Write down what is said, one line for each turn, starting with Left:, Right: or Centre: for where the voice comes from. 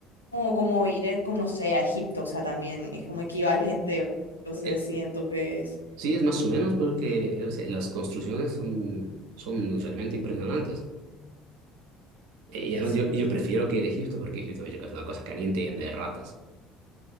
Left: como como ir, a, como, no sé, a Egipto. O sea, también es como equivalente. <laughs> Entonces
Right: Eh,
Left: siento que es,
Right: Sí, es más o menos porque o sea, las construcciones son, son realmente impresionantes. Eh, Y
Left: es
Right: además yo,
Left: cierto.
Right: yo prefiero que ir a Egipto porque Egipto es una cosa caliente y llena de ratas.